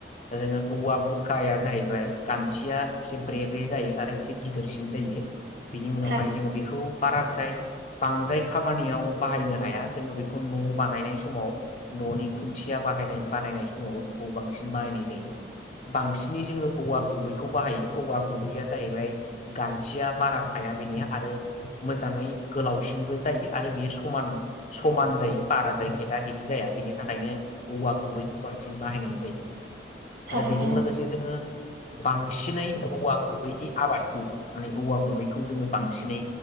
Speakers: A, on the left; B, on the right.
A: दा जोङो औवा बुरखाया जाहैबाय गान्थिया एसे ब्रे ब्रे जायो आरो एसे गिदिरसिन जायो। बिनि उनावहाय
B: थार
A: जोङो बेखौ बारा। बांद्राय खामानियाव बाहायनो हाया जोङो बेखौ न' बानायनाय समाव न'नि खुन्थिया बानायनाय बानायनाय समावबो बेखौ बांसिन बाहायनाय जायो बांसिनै जोंओ औवा गुबैखौ बाहायो औवा गुबैया जाहैबाय गान्थिया बारा थाया बेनिया आरो। मोजाङै गोलावसिनबो जायो आरो बेयो समान समान जायो बाराद्राय गेदा गेदि जाया बेनि थाखायनो औवा गुबैखौ बांसिन बाहायनाय जायो।
B: थारैनो
A: आरो बेजों
B: नों
A: लोगोसे जोंङो। बांसिनै औवा गुबैनि आबादखौ माने औवा गुबैखौ जोङो बांसिनै।